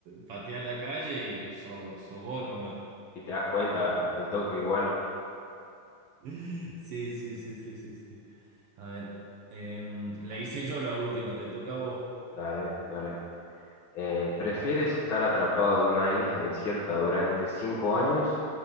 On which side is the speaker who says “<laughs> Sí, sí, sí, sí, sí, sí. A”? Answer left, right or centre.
Right